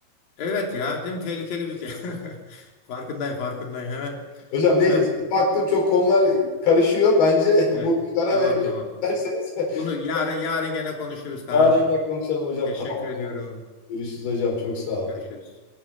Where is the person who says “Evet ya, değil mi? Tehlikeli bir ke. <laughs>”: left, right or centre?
Left